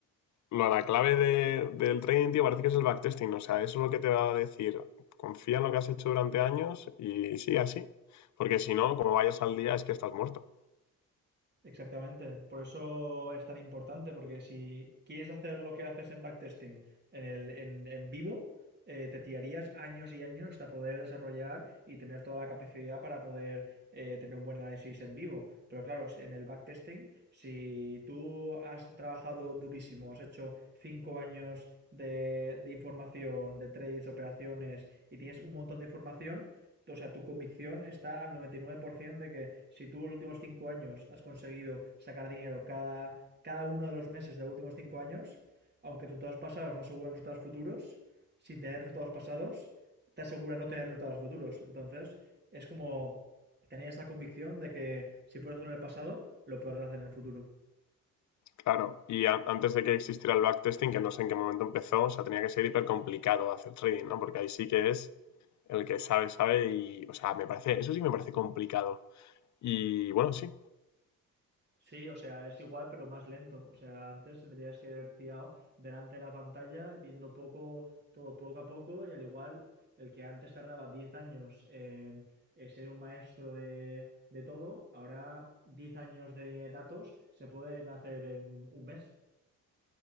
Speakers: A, on the left; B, on the right.
A: lo, la clave de- del trading, tío, parece que es el backtesting. O sea, eso es lo que te va a decir. Confía en lo que has hecho durante años y sigue así. Porque si no, como vayas al día, es que estás muerto.
B: Exactamente, por eso es tan importante, porque si quieres hacer lo que haces en backtesting en, el, en, en vivo, eh, te tirarías años y años hasta poder desarrollar y tener toda la capacidad para poder eh, tener un buen análisis en vivo. Pero claro, en el backtesting, si tú has trabajado durísimo, has hecho cinco años de, de información, de trades, operaciones y tienes un montón de información, o sea, tu convicción está al 99% de que si tú en los últimos cinco años has conseguido sacar dinero cada, cada uno de los meses de los últimos cinco años, aunque resultados pasados no aseguran resultados futuros, sin tener resultados pasados, te asegura no tener resultados futuros. Entonces, es como tener esa convicción de que si puedes hacerlo en el pasado, lo puedes hacer en el futuro.
A: Claro. Y a- antes de que existiera el backtesting, que no sé en qué momento empezó, o sea, tenía que ser hiper complicado hacer trading, ¿no? Porque ahí sí que es el que sabe, sabe y. O sea, me parece. Eso sí me parece complicado. Y bueno, sí.
B: Sí, o sea, es igual, pero más lento. O sea, antes tendrías que haber fiado delante de la pantalla, viendo poco, todo poco a poco, y al igual, el que antes tardaba 10 años en, eh, ser un maestro de, de todo, ahora 10 años de datos se pueden hacer en un mes.